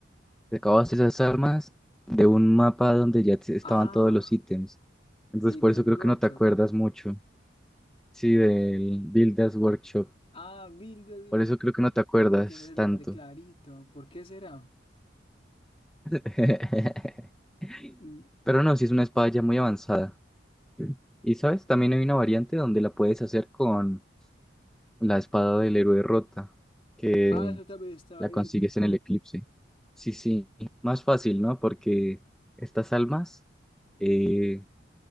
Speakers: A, in the centre; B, on the left.
A: Sacabas esas armas de un mapa donde ya te- estaban
B: Ah,
A: todos los ítems. Entonces,
B: el items
A: por eso creo
B: Workshop.
A: que no te acuerdas mucho. Sí, del Builders Workshop.
B: Ah, Mildred,
A: Por eso creo que no te acuerdas
B: y tienes el
A: tanto.
B: nombre clarito. ¿Por qué será?
A: <laughs>
B: Mm,
A: Pero no, sí es una espada ya muy avanzada. Y sabes, también hay una variante donde la puedes hacer con la espada del héroe rota, que
B: Ah, eso también estaba
A: la
B: viendo.
A: consigues en el eclipse. Sí, sí, más fácil, ¿no? Porque estas almas eh,